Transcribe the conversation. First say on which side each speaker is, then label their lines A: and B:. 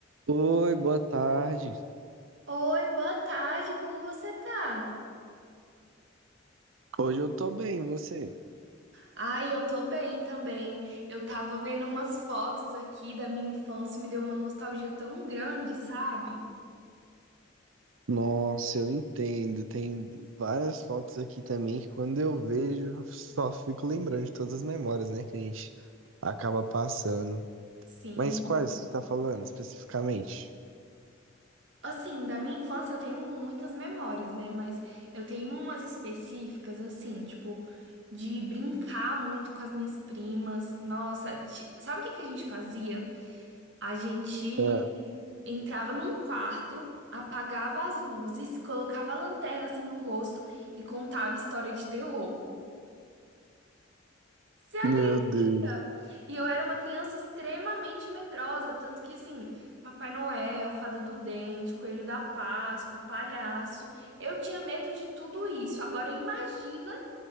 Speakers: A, on the right; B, on the right.
A: Oi, boa tarde.
B: Oi, boa tarde, como você tá?
A: Hoje eu tô bem, e você?
B: Ai, eu tô bem também. Eu tava vendo umas fotos aqui da minha infância, me deu uma nostalgia tão grande, sabe?
A: Nossa, eu entendo. Tem várias fotos aqui também que quando eu vejo, eu só fico lembrando de todas as memórias, né, que a gente acaba passando.
B: Sim.
A: Mas quais que você tá falando especificamente?
B: Assim, da minha infância eu tenho muitas memórias, né? Mas eu tenho umas específicas, assim, tipo, de brincar muito com as minhas primas. Nossa, ti- sabe o que que a gente fazia? A gente
A: É,
B: entrava num quarto, apagava as luzes, colocava a lanterna assim no rosto e contava história de terror. Você acredita?
A: meu Deus.
B: E eu era uma criança extremamente medrosa, tanto que assim, Papai Noel, Fada do Dente, Coelho da Páscoa, palhaço, eu tinha medo de tudo isso. Agora imagina